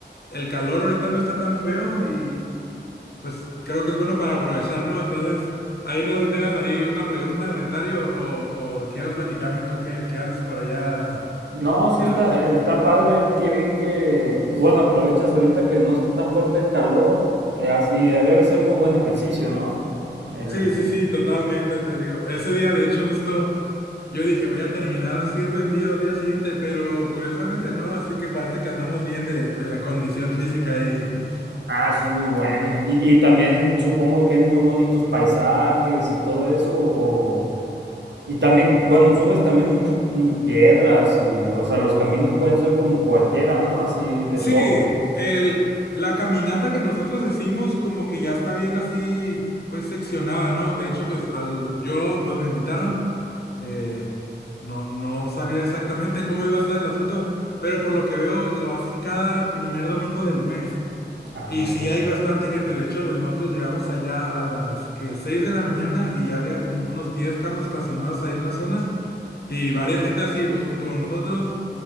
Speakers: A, on the left; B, on the right.
A: El calor ahorita no está tan feo y pues creo que es bueno para aprovechar, ¿no? Entonces, ahí no sé si tengas ahí una pregunta, comentario o, o quieras platicarme tú qué, qué haces por allá.
B: No, sí
A: <laughs>
B: está, eh, está padre, qué bien que... Bueno, aprovechas ahorita que no está tan fuerte el calor eh, as- y debe ser muy buen ejercicio, ¿no? El...
A: Sí, sí, sí, totalmente, te digo. Ese día, de hecho, justo yo dije, voy a terminar así rendido al día siguiente, pero curiosamente no, así que parece que andamos bien de, de la condición física. Y... <laughs>
B: Ah, eso es muy bueno. Y, y también supongo que hay muy bonitos paisajes y todo eso. O, y también, bueno, subes también mucho mm, piedras y, o sea, los caminos pueden ser como cualquiera, ¿no? Así de
A: Sí,
B: todo.
A: el, la caminata que nosotros hicimos como que ya está bien así, pues seccionada, ¿no? De hecho, pues al, yo, pues me invitaron, eh, no, no sabía exactamente <laughs> cómo iba a estar el asunto, pero por lo que veo lo hacen cada primer domingo del mes.
B: Ah,
A: Y
B: ok.
A: sí hay bastante gente, de hecho pues, nosotros llegamos allá a las que 6 de la mañana y ya había como unos 10 carros estacionados ahí en la zona y varias gente así pues junto con nosotros